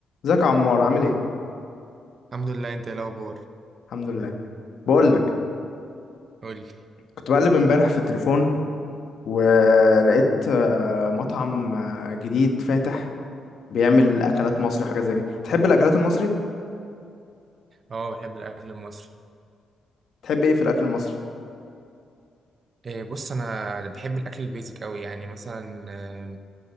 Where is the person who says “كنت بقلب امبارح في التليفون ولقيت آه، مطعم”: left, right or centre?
Left